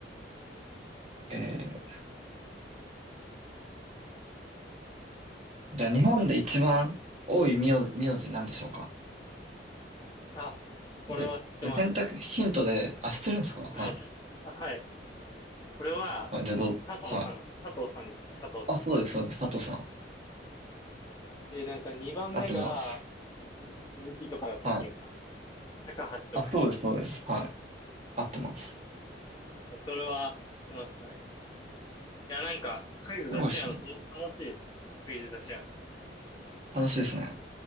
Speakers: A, on the right; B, on the left.
A: ー、えー、じゃあ日本で一番多い名、名字なんでしょうか
B: あ、これは知ってます。
A: で、で、選択ヒントで、あ、知ってるんですかはい。
B: はい。あ、はい。これは、
A: あ、じゃあどう、
B: 佐藤さん、
A: はい。
B: 佐藤さんですよね、佐藤さん。
A: あ、そうです、そうです。佐藤さん。
B: で、なんか2番目が、
A: 合ってます。
B: 鈴鈴木とかだった気がします。
A: はい。
B: 高橋とか。
A: あ、そうです、そうです。はい。合ってます。
B: なんかそれは、出ましたね。いや、なんか、クイズ出し合うの、
A: すごいですね。
B: その、楽しいですね。クイズ出し合うの。
A: 楽しいですね。